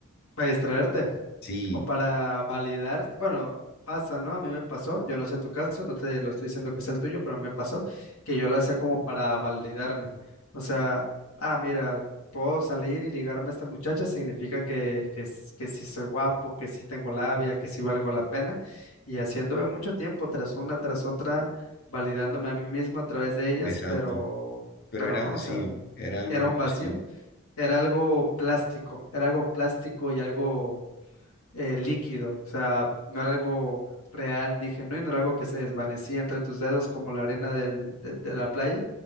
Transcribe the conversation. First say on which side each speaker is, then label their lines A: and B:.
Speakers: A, on the left (about 85°); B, on the left (about 45°).
A: para distraerte.
B: sí,
A: O para validar, bueno, pasa, ¿no? A mí me pasó, yo no sé tu caso, no te lo estoy diciendo que es el tuyo, pero a mí me pasó que yo lo hacía como para validarme. O sea, ah, mira, puedo salir y ligarme a esta muchacha, significa que, que, s- que sí soy guapo, que sí tengo labia, que sí valgo la pena. Y haciéndome mucho tiempo tras una, tras otra, validándome a mí mismo a través de ellas,
B: exacto,
A: pero,
B: pero
A: pero
B: era
A: no,
B: vacío,
A: o sea,
B: era algo
A: era
B: muy
A: un vacío,
B: vacío.
A: era algo plástico, era algo plástico y algo eh, líquido, o sea, no era algo real ni genuino, era algo que se desvanecía entre tus dedos como la arena del- de, de la playa,